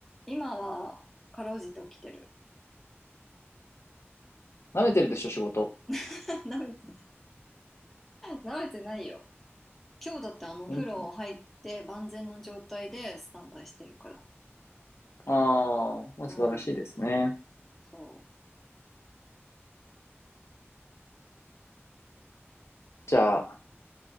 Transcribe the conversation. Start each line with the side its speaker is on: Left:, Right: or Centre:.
Centre: 今は、かろうじて起きてる。
Left: 舐めてるでしょ、仕事。
Centre: <laughs> 舐めて、舐めてないよ。今日だってあの、お風呂入って万全な状態でスタンバイしてるから。
Left: んんあー、まあ、
Centre: うん、
Left: 素晴らしいですね。
Centre: そ
Left: じゃあ、